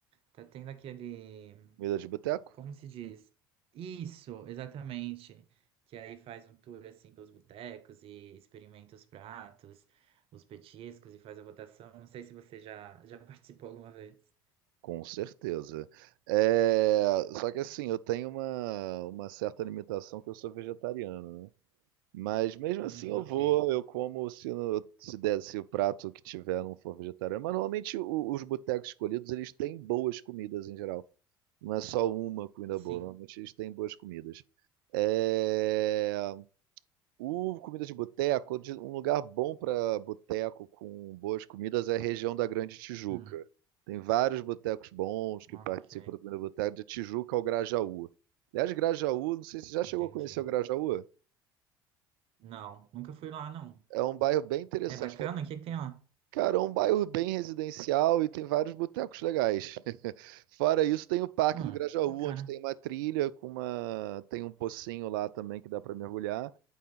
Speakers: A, on the right (about 55°); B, on the right (about 70°).
A: tá tendo aquele,
B: Comida de boteco?
A: como se diz? Isso, exatamente. Que aí faz um tour assim pelos botecos e experimenta os pratos, os petiscos e faz a votação. Não sei se você já já <laughs> participou alguma vez.
B: Com certeza. É, só que assim, eu tenho uma, uma certa limitação que eu sou vegetariano, né? Mas mesmo
A: Hum,
B: assim eu
A: ok.
B: vou, eu como se, no- se der, se o prato que tiver não for vegetariano. Mas normalmente o- os botecos escolhidos, eles têm boas comidas em geral. Não é só uma comida
A: Sim.
B: boa, normalmente eles têm boas comidas. É, o comida de boteco, de- um lugar bom para boteco com boas comidas é a região da Grande Tijuca.
A: Hum,
B: Tem vários botecos bons que
A: ok.
B: participam do Comida de Boteco, de Tijuca ao Grajaú. Aliás, Grajaú, não sei se você já
A: Entendi.
B: chegou a conhecer o Grajaú.
A: Não, nunca fui lá, não.
B: É um bairro bem interessante.
A: É bacana?
B: que é-
A: O que que tem lá?
B: Cara, é um bairro bem residencial e tem vários botecos legais. <laughs> Fora isso, tem o Parque
A: Hum,
B: do Grajaú,
A: bacana.
B: onde tem uma trilha com uma, tem um pocinho lá também que dá para mergulhar.